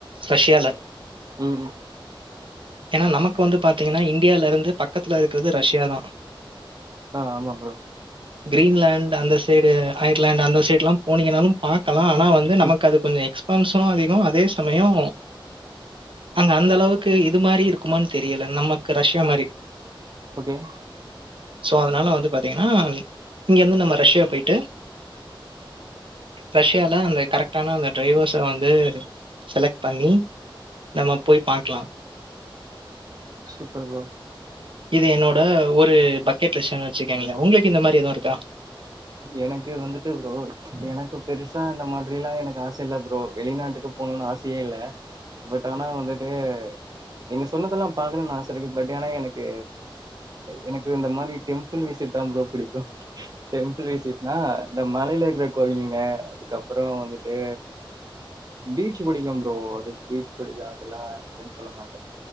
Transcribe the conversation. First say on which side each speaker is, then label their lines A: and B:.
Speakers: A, on the right; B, on the right.
A: ரெஷ்யால
B: உஹு
A: ஏன்னா நமக்கு வந்து பாத்தீங்கன்னா இந்தியாலருந்து பக்கத்துல இருக்கிறது ரஷ்யாதா
B: ஆ ஆமா ப்ரோ
A: கிரீன்லாண்ட் அந்தஸ் சைடு அயர்லேண்ட் அந்த சைட்லா போனீங்கனாலு பாக் கலா வந்து நமக்கு
B: ம்
A: அது கொஞ்சோ எக்ஸ்பன்ஸ் டமு அதிகோ அதே சமயோ அங்க அந்த அளவுக்கு இது மாரி இருக்குமானு தெரியல நமக்கு ரஷ்யா மாரி
B: ஓகே
A: சோ அதனால வந்து பாத்தீங்கன்னா இங்க வந்து நம்ம ரஷ்யா போயி ட்டு ரஷ்யால அந்த கரெக்டான அந்த டிரைவர்ஸ வந்து செலக்ட் பண்ணி நம்ம போய் பாக்கலா
B: சூப்பர் ப்ரோ
A: இது என்னோட ஒரு பக்கெட் லிஷ்ட் வச்சிருக்கேங்களே உங்களுக்கு இந்த மாரி எது இருக்கா
B: எனக்கு வந்துட்டு ப்ரோ எனக்கு பெருசா இந்த மாதிரிலா எனக்கு ஆச இல்ல ப்ரோ வெளிநாட்டுக்கு போணும்னு ஆசயே இல்ல பட் ஆனா வந்துட்டு நீங்க சொன்னதெல்லா பாக்கணும்னு ஆச இருக்கு பட் ஏன்னா எனக்கு எனக்கு இந்த மாதிரி டெம்பிள் விசிட் தா ப்ரோ பிடிக்கு டெம்பிள் வீசிட்னா இந்த மலைல இருக்கிற கோயிலங்க அதுக்கப்பறோ வந்துட்டு பீச் பிடிக்கு ப்ரோ அது பீச் பிடிக்கு அதெல்லா இல்லனு சொல்ல மாட்டே